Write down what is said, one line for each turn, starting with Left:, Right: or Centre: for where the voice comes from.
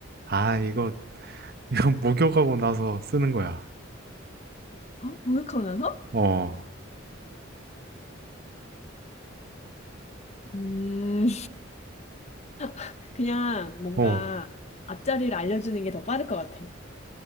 Right: 아, 이거 이거 <laughs> 목욕하고 나서 쓰는 거야.
Left: 어? 모욕하면서?
Right: 어,
Left: 음, <laughs> 그냥 뭔가
Right: 어.
Left: 앞자리를 알려주는 게 더 빠를 것 같아.